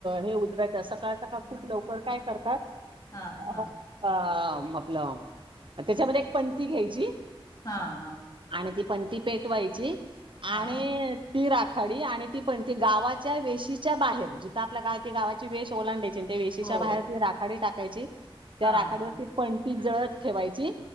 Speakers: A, on the right (about 55°); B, on the left (about 40°).
A: हे उजेडाच्या सकाळ सकाळ खुप लवकर काय करतात अ
B: हां, हां.
A: आपलं त्याच्यामध्ये एक पंती घ्यायची
B: हा हा
A: आणि ती पंती पेटवायची आणि
B: हां.
A: ती राखाडी आणि ती पंती गावाच्या वेशीच्या बाहेर जिथं आपल्या गाव त गावाची वेश ओलांडायची त्या वेशीच्या
B: हो.
A: बाहेर ती राखाडी टाकायची त्या
B: हा,
A: राखडीवरती
B: हा.
A: पणती जळत ठेवायची